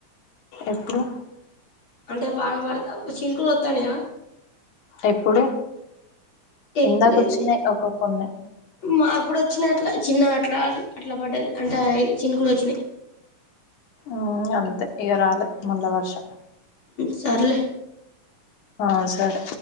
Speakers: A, on the left; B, on the left.
A: ఎప్పుడు
B: అంటే వాన పడ్త చిన్కులు ఒత్తనయా
A: ఎప్పుడు
B: ఎప్పుడెంది
A: ఇందాక వచ్చినాయి ఒక కొన్ని
B: మాక్ గూడ ఓచ్చిన అట్లా చిన్న అట్లా అట్లా పడ్డది అంటే చిన్నకులు ఓచ్చినీ
A: ఆహ్ అంతే ఇగ రాలే మళ్ళ వర్షం
B: సర్లే
A: ఆహ్ సరే